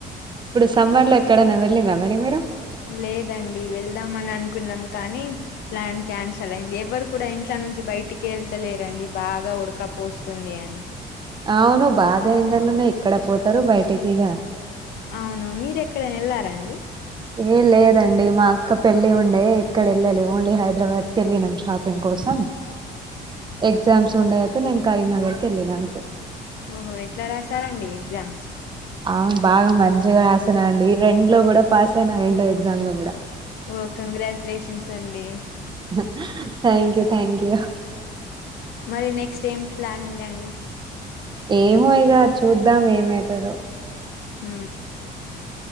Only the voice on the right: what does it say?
ఇప్పుడు సమ్మర్ లో ఎక్కడైన్నా వెళ్ళిరా మరి మీరు
అవును బాగా ఎండలున్నాయి ఏక్కడ పోతారు బయటికి ఇగ
ఏ లేదండి మా అక్క పెళ్ళి ఉండే ఎక్కడ వెళ్ళాలే ఓన్లీ హైదరాబాద్ కి వెళ్ళినాం షాపింగ్ కోసం ఎగ్జామ్స్ ఉండే అయితే నేను కరీంనగర్ కి వెళ్ళినా అంతే
అవును బాగా మంచిగా రాసిన అండి రెండు లో కూడా పాస్ అయిన రెండో ఎగ్జామ్ లో కూడా
హా థ్యాంక్ యూ థ్యాంక్ యూ
ఏమో ఇగ చూద్దాం ఏమవుతదో